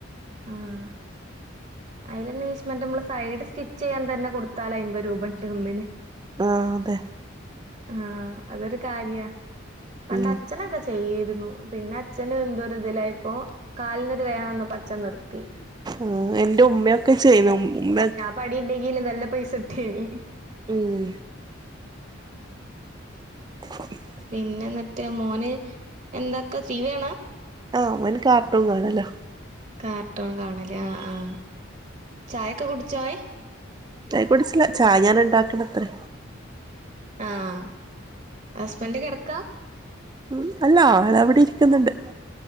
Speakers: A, on the right; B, on the right.
A: ആഹ് അയ്ല്നീശ്മെന്റ് മ്മള്സൈഡ് സ്റ്റിചെയ്യാൻ തെന്നെകൊടുത്താലയ്മ്പത് രൂപണ്ട് ഒന്നിന്
B: അഹ് അതെ
A: ആഹ് അതൊരുകാര്യ പണ്ട്
B: ഉം
A: അച്ഛനൊക്കെചെയ്യേര്ന്നു പിന്നെഅ ച്ഛന് എന്തോരുതിലയപ്പോ കാൽന്നൊരു വേനവന്നപ്പോ അച്ഛൻനിർത്തി.
B: ആഹ് എന്റെ ഉമ്മയൊക്കെചെയ്യുന്നു ഉമ്മയൊക്കേ
A: വടിണ്ടെങ്കിൽ നല്ലപൈസ ഇട്ടിനി
B: ഉം <inaudible>
A: പിന്നെന്ന്ട്ട് മോന്എന്താക്ക ടീ വി കാണാ
B: ആഹ് ഓന് കാർട്ടൂൺകാണാലോ.
A: കാർട്ടോൺ കാണലേ ആഹ് ആഹ് ചായൊക്കെകുടിച്ചോ അവൻ
B: ചായ കുടിച്ചില്ല ചായ ഞാൻ ഇണ്ടാക്കണത്രേ
A: ആഹ് ഹസ്ബന്റ് കെടക്കാ?
B: ഉം അല്ല ആളവിടെ ഇരിക്കുന്നുണ്ട്.